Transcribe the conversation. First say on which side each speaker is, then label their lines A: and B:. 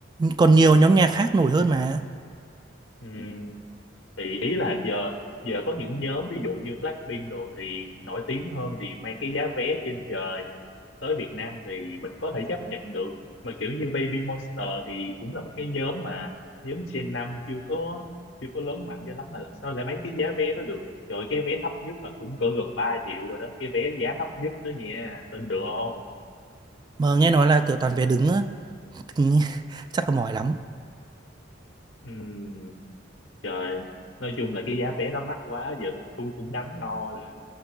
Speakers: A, on the right; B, on the left.
A: còn nhiều nhóm nhạc khác nổi hơn mà.
B: ừ thì ý là giờ giờ có những nhóm ví dụ như Blackpink đồ thì nổi tiếng hơn thì mang cái giá vé trên trời tới Việt Nam thì mình có thể chấp nhận được mà kiểu như Baby Monster thì cũng là một cái nhóm mà nhóm Gen 5 chưa có chưa có lớn mạnh cho lắm mà làm sao lại bán cái giá vé đó được trời ơi, cái vé thấp nhất là cũng cỡ gần 3 triệu rồi đó cái vé giá thấp nhất đó nha tin được không
A: Mà nghe nói là kiểu toàn vé đứng á, <laughs> chắc là mỏi lắm.
B: Ừm, trời nói chung là cái giá vé nó mắc quá giờ tôi cũng đắn đo là